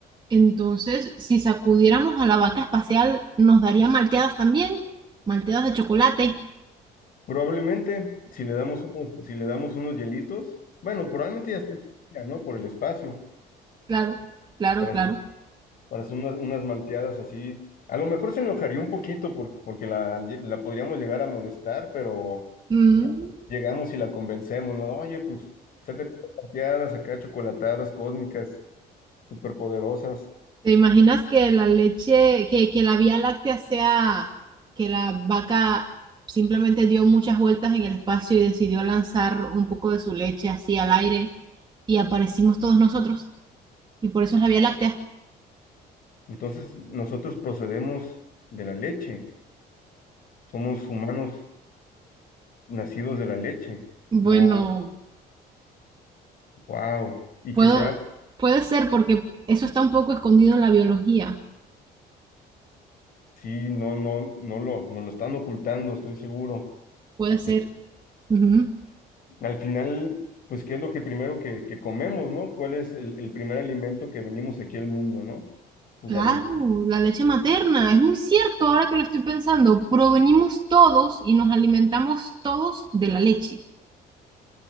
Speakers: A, on the right; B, on the left.
A: Entonces, si sacudiéramos a la vaca espacial, nos daría malteadas también, malteadas de chocolate.
B: Probablemente si le damos unos, si le damos unos hielitos, bueno, probablemente ya está, ¿no? Por el espacio,
A: Claro, claro,
B: para
A: claro.
B: para hacer unas, unas malteadas así. A lo mejor se enojaría un poquito por- porque la, la podríamos llegar a molestar, pero
A: Mm,
B: llegamos y la convencemos, ¿no? Oye, pues, sácate unas malteadas, acá chocolatadas cósmicas, superpoderosas.
A: ¿Te imaginas que la leche, que, que la Vía Láctea sea, que la vaca simplemente dio muchas vueltas en el espacio y decidió lanzar un poco de su leche así al aire y aparecimos todos nosotros? Y por eso es la Vía Láctea.
B: Entonces, nosotros procedemos de la leche. Somos humanos nacidos de la leche.
A: Bueno,
B: No, wow. Y
A: puedo,
B: que sea,
A: puede ser porque eso está un poco escondido en la biología.
B: sí, no, no, no lo, no lo están ocultando, estoy seguro.
A: Puede
B: porque
A: ser. Ujú.
B: Al final, pues, ¿qué es lo que primero que, que comemos, ¿no? ¿Cuál es el, el primer alimento que venimos aquí al mundo, ¿no? Pues
A: Claro,
B: la leche.
A: la leche materna, es muy cierto ahora que lo estoy pensando, provenimos todos y nos alimentamos todos de la leche.